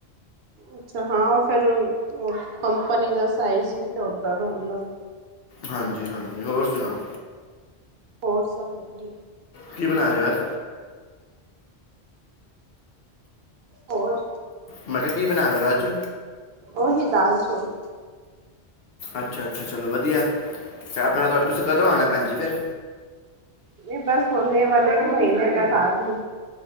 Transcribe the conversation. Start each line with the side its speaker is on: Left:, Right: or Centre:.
Right: ਅੱਛਾ ਹਾਂ ਫਿਰ ਕੰਪਨੀ ਦਾ ਸਾਈਜ ਵੀ ਤੇ ਓਦਾਂ ਦਾ ਹੁੰਦਾ।
Left: ਹਾਂਜੀ ਹਾਂਜੀ ਹੋਰ ਸੁਣਾਓ।
Right: ਹੋਰ ਸਭ ਵਧੀਆ।
Left: ਕੀ ਬਣਾ ਰਹੇ ਔ ਅੱਜ?
Right: ਹੋਰ।
Left: ਮੈਂ ਕਿਹਾ ਕੀ ਬਣਾ ਰਹੇ ਹੋ ਅੱਜ
Right: ਉਹੀ ਦਾਲ-ਚੋਲ।
Left: ਅੱਛਾ ਅੱਛਾ। ਚਲੋ ਵਧੀਆ। ਫੇਰ ਆਪਣੇ ਘਰ ਤੁਸੀਂ ਕਦੋਂ ਆਉਣਾ ਭੈਣ ਜੀ ਫੇਰ?
Right: ਇਹ ਬਸ ਹੋਲੇ ਵਾਲੇ ਮਹੀਨੇ ਤੱਕ ਆ ਗਈ।